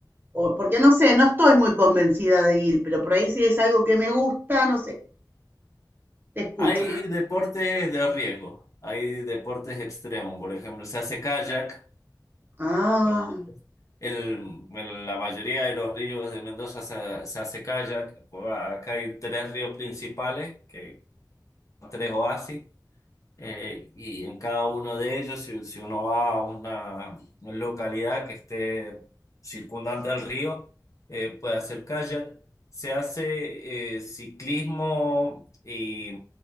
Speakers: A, on the right (about 30°); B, on the left (about 45°).
A: O, porque no sé, no estoy muy convencida de ir, pero por ahí si es algo que me gusta, no sé, te escucho.
B: hay deportes de riesgo, hay deportes extremos, por ejemplo, se hace kayak,
A: Ah.
B: en, el- en la mayoría de los ríos de Mendoza se, se hace kayak, Bueno, acá hay tres ríos principales, que, tres oasis. Eh, y en cada uno de ellos, si, si uno va a una localidad que esté circundante al río, eh, puede hacer kayak. Se hace eh, ciclismo y